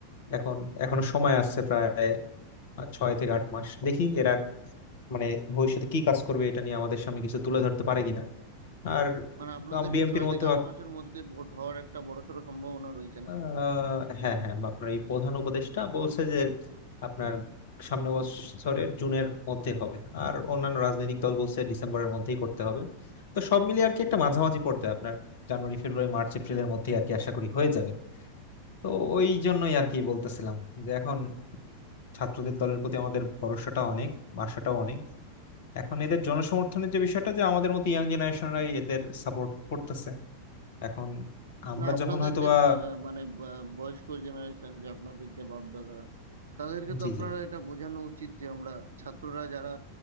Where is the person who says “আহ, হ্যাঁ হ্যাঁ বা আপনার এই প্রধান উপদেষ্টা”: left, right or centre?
Left